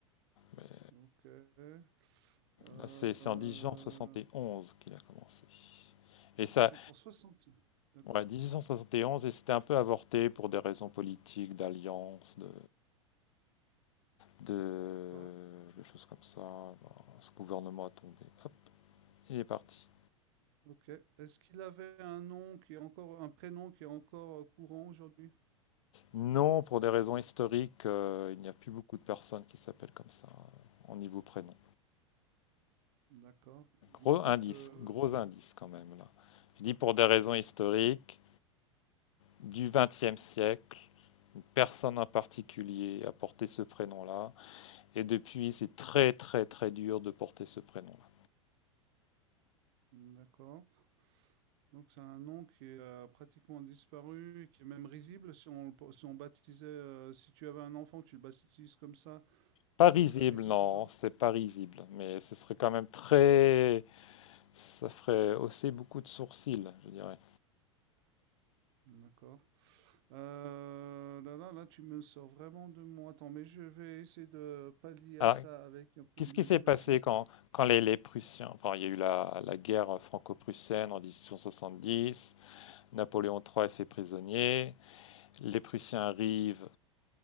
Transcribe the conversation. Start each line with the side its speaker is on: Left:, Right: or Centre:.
Left: Mais
Right: Donc, euh, euh,
Left: là, c'est, c'est en 1871 qu'il a commencé. Et ça,
Right: c'est en soixante. D'accord,
Left: ouais, 1871, et onze, et c'était un peu avorté pour des raisons politiques, d'alliance, de de,
Right: d'accord.
Left: de choses comme ça. Bon, ce gouvernement a tombé. Hop, il est parti.
Right: Ok. Est-ce qu'il avait un nom qui est encore, un prénom qui est encore euh, courant aujourd'hui?
Left: Non, pour des raisons historiques, euh, il n'y a plus beaucoup de personnes qui s'appellent comme ça euh, en niveau prénom.
Right: D'accord. Écoute,
Left: gros indice,
Right: euh,
Left: gros indice quand même là. Je dis pour des raisons historiques du XXe siècle. Une personne en particulier a porté ce prénom-là, et depuis, c'est très très très dur de porter ce prénom-là.
Right: d'accord. Donc c'est un nom qui est euh, pratiquement disparu et qui est même risible. Si on, le- si on baptisait, euh, si tu avais un enfant, tu le baptises comme ça,
Left: Pas
Right: ça
Left: risible,
Right: serait risible
Left: non,
Right: aujourd'hui?
Left: c'est pas risible, mais ce serait quand même très Ça ferait hausser beaucoup de sourcils, je dirais.
Right: D'accord. Euh, là, là, là, tu me sors vraiment de mon... Attends, mais je vais essayer de pallier
Left: Alors,
Right: à ça avec un peu
Left: qu'est-ce
Right: d'imagination.
Left: qui s'est passé quand, quand les, les Prussiens, enfin, il y a eu la, la guerre franco-prussienne en 1870, Napoléon III est fait prisonnier, les Prussiens arrivent